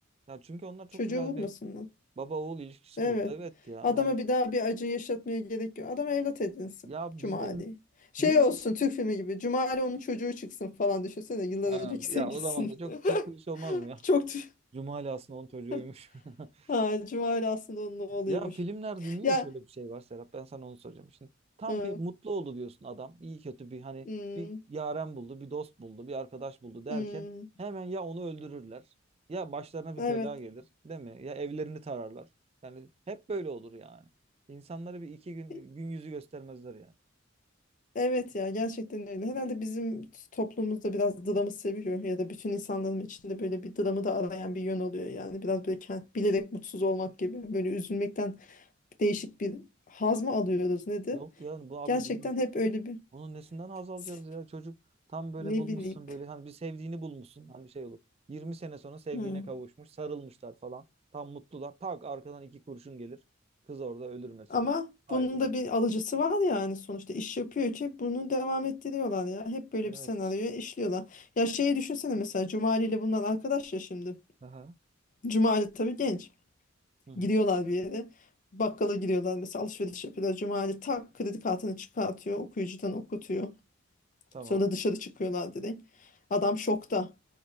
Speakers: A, on the right; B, on the left.
A: Ya çünkü onlar çok
B: Çocuğu
A: güzel
B: vurmasınlar.
A: bir baba oğul ilişkisi
B: Evet.
A: kurdu. Evet ya.
B: Adama
A: Hani
B: bir daha bir acı yaşatmaya gerek yok. Adam evlat edinsin.
A: ya
B: Cumali.
A: bizde n-
B: Şey
A: niye?
B: olsun Türk filmi gibi. Cumali onun çocuğu çıksın falan düşünsene. Yıllar
A: Ha,
B: önceki sevgilisin.
A: ya o zaman da çok çok klişe
B: <laughs>
A: olmaz mı ya?
B: Çok tü-
A: <laughs> Cumali aslında onun çocuğuymuş.
B: <laughs>
A: <laughs>
B: ha, Cumali aslında onun oğluymuş.
A: Ya filmlerde niye
B: Ya
A: şöyle bir şey var Serap? Ben sana onu soracağım. Şimdi tam
B: hı,
A: bir mutlu oldu diyorsun adam. İyi kötü bir hani
B: hmm,
A: bir yaren buldu, bir dost buldu, bir arkadaş buldu derken
B: hmm,
A: hemen ya onu öldürürler ya başlarına bir
B: evet.
A: bela gelir, değil mi? Ya evlerini tararlar. Yani hep böyle olur yani. İnsanlara bir iki gün
B: E,
A: gün yüzü göstermezler yani.
B: Evet ya gerçekten öyle. Herhalde bizim toplumumuzda biraz dramı seviyor ya da bütün insanların içinde böyle bir dramı da arayan bir yön oluyor yani. Biraz böyle kend- bilerek mutsuz olmak gibi böyle üzülmekten değişik bir haz mı alıyoruz nedir?
A: Yok ya bu abi
B: Gerçekten
A: bunun
B: hep öyle bir
A: Bunun nesinden haz
B: <laughs>
A: alacağız ya? Çocuk tam böyle
B: ne
A: bulmuşsun
B: bileyim.
A: böyle hani bir sevdiğini bulmuşsun. Hani şey olur. 20 sene sonra sevdiğine
B: Hı.
A: kavuşmuş, sarılmışlar falan. Tam mutlular. Tak arkadan iki kurşun gelir. Kız orada ölür mesela.
B: Ama
A: Haydi
B: bunun da
A: bakalım.
B: bir alıcısı var yani sonuçta iş yapıyor ki bunu devam ettiriyorlar ya. Hep böyle
A: Evet.
B: bir senaryoya işliyorlar. Ya şeyi düşünsene mesela Cumali ile bunlar arkadaş ya şimdi.
A: Aha.
B: Cumali tabii genç.
A: Hı hı.
B: Gidiyorlar bir yere. Bakkala gidiyorlar mesela alışveriş yapıyorlar. Cumali tak kredi kartını çıkartıyor. Okuyucudan okutuyor.
A: Tamam.
B: Sonra dışarı çıkıyorlar direkt. Adam şokta.